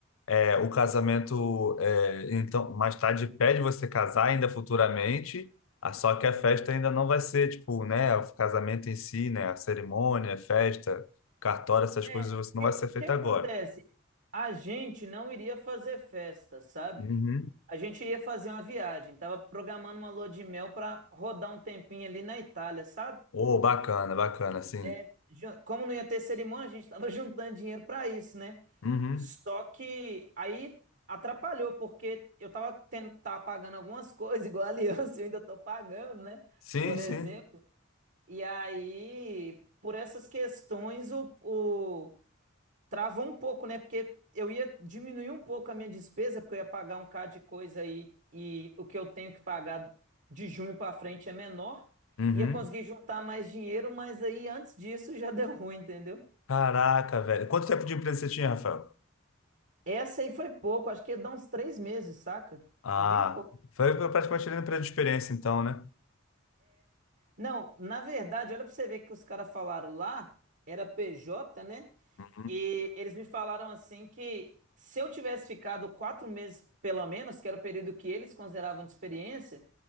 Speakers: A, on the left; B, on the right.
A: é, o casamento, é, então, mais tarde pede você casar ainda futuramente, ah, só que a festa ainda não vai ser, tipo, né, o casamento em si, né, a cerimônia, a festa, cartório, essas
B: É,
A: coisas,
B: o
A: você não
B: que,
A: vai ser feita
B: que acontece?
A: agora.
B: A gente não iria fazer festa, sabe?
A: Uhum.
B: A gente ia fazer uma viagem, tava programando uma lua de mel pra rodar um tempinho ali na Itália, sabe?
A: Oh, bacana, bacana, sim.
B: É, ju- como não ia ter cerimônia, a gente tava <laughs> juntando dinheiro pra isso, né?
A: Uhum.
B: Só que aí atrapalhou, porque eu tava tendo, tava pagando algumas coisas, <laughs> igual a aliança, <laughs> eu ainda tô pagando, né?
A: Sim,
B: Por
A: sim.
B: exemplo. E aí, por essas questões, o, o, Travou um pouco, né? Porque eu ia diminuir um pouco a minha despesa, porque eu ia pagar um K de coisa aí e o que eu tenho que pagar de junho para frente é menor.
A: Uhum.
B: Ia conseguir juntar mais dinheiro, mas aí antes disso <laughs> já deu ruim, entendeu?
A: Caraca, velho. Quanto tempo de empresa você tinha, Rafael?
B: Essa aí foi pouco, acho que ia dar uns três meses, saca?
A: Ah,
B: Foi bem pouco.
A: foi praticamente ali no período de experiência, então, né?
B: Não, na verdade, olha pra você ver que os caras falaram lá, era PJ, né?
A: Uhum.
B: E eles me falaram assim que se eu tivesse ficado quatro meses, pelo menos, que era o período que eles consideravam de experiência,